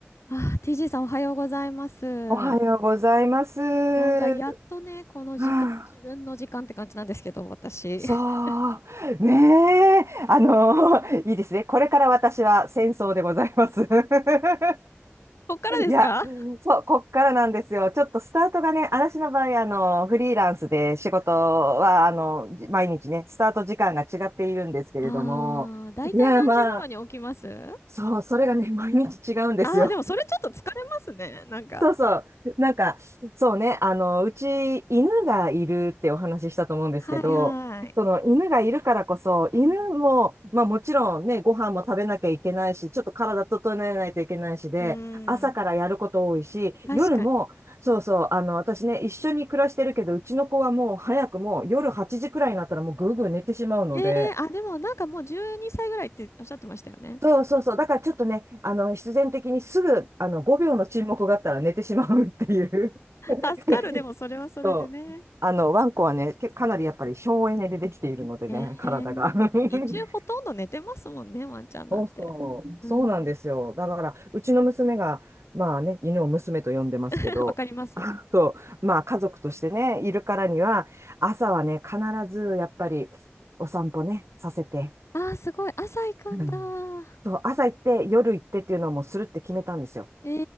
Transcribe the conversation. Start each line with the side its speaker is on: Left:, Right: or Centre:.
Left: あー、TG さんおはようございます。
Right: おはようございます。は
Left: なんかやっとね、この時間、
Right: あ
Left: 自分の時間って感じなんですけど、私。
Right: そう、
Left: <laughs>
Right: ねえ、あの、<laughs> いいですね。これから私は戦争でございます。<laughs>
Left: こっからですかあ
Right: いや、そう、こっからなんですよ。ちょっとスタートがね、私の場合、あの、フリーランスで仕事は、あの、毎日ね、スタート時間が違っているんですけれども、
Left: あー、だいたい何時頃に起きます
Right: いや、まあ、そう、それがね、毎日違うんですよ。
Left: ああー、でもそれちょっと疲れますね、なんか。
Right: そうそう。なんか、そうね、あの、うち犬がいるってお話ししたと思うんですけど、
Left: はいはい。
Right: その犬がいるからこそ、犬も、
Left: うん。
Right: まあもちろんね、ご飯も食べなきゃいけないし、ちょっと体整えないといけないしで、
Left: うー
Right: 朝からやること多いし、
Left: ん、確かに。
Right: 夜も、そうそう、あの、私ね、一緒に暮らしてるけど、うちの子はもう早くもう夜8時くらいになったらもうぐうぐう寝てしまうので、
Left: ええあ、でもなんかもう12歳ぐらいっておっしゃってましたよね。
Right: そうそうそう、だからちょっとね、あの、必然的にすぐ、あの、5秒の沈黙があったら寝てしまうっていう。<laughs>
Left: 助かる、でもそれはそれでね。
Right: そう。あの、ワンコはね、けかなりやっぱり省エネでできているのでね、
Left: ええまあね、
Right: <laughs> 体が。<laughs>
Left: 日中ほとんど寝てますもんね、ワンちゃんなんて。
Right: そうそう、
Left: うん、
Right: そうなんですよ。だから、うちの娘が、まあね、犬を娘と呼んでますけど、
Left: <laughs> わかります。
Right: あ <laughs> そう、まあ家族としてね、いるからには、朝はね、必ずやっぱりお散歩ね、させて、
Left: あー、すごい。朝行くんだ。
Right: うんそう、朝行って、夜行ってっていうのをもうするって決めたんですよ。
Left: え